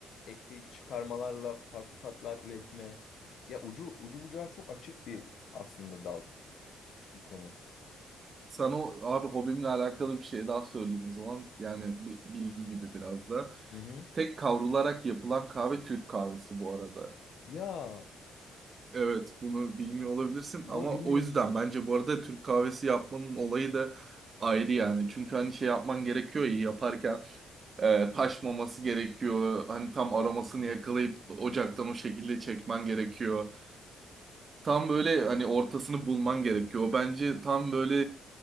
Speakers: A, on the left; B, on the right.
A: ekleyip çıkarmalarla farklı tatlar üretme. Ya ucu ucu bucağı çok açık bir aslında dal bu konu.
B: Sana o- abi hobimle alakalı bir şey daha söyleyeyim o zaman. Yani bi- bilgi gibi biraz da.
A: Hı hı.
B: Tek kavrularak yapılan kahve Türk kahvesi bu arada.
A: Ya
B: Evet bunu bilmiyor olabilirsin
A: yo
B: ama
A: bilmiyordum
B: o yüzden
A: evet.
B: bence bu arada Türk kahvesi yapmanın olayı da ayrı yani. Çünkü hani şey yapman gerekiyor ya yaparken e, taşmaması gerekiyor. Hani tam aromasını yakalayıp ocaktan o şekilde çekmen gerekiyor. Tam böyle hani ortasını bulman gerekiyor. O bence tam böyle